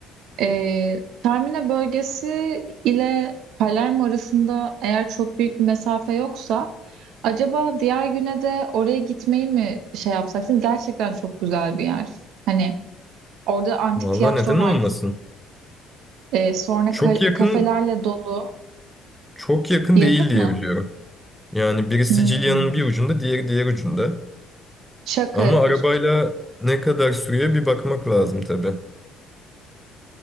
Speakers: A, on the right (about 75°); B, in the centre.
A: Eee Taormina bölgesi ile Palermo arasında eğer çok büyük bir mesafe yoksa acaba diğer güne de oraya gitmeyi mi şey yapsak? Çünkü Gerçekten çok güzel bir yer. Hani Orada antik
B: Vallahi
A: tiyatro
B: neden
A: var.
B: olmasın?
A: Ee, sonra
B: Çok
A: ka-
B: yakın,
A: kafelerle dolu.
B: çok yakın
A: Yakın
B: değil diye
A: mı?
B: biliyorum. Yani biri Sicilya'nın
A: Hmm.
B: bir ucunda, diğeri diğer ucunda.
A: Şaka
B: Ama
A: yapıyorsun.
B: arabayla ne kadar sürüyor bir bakmak lazım tabii.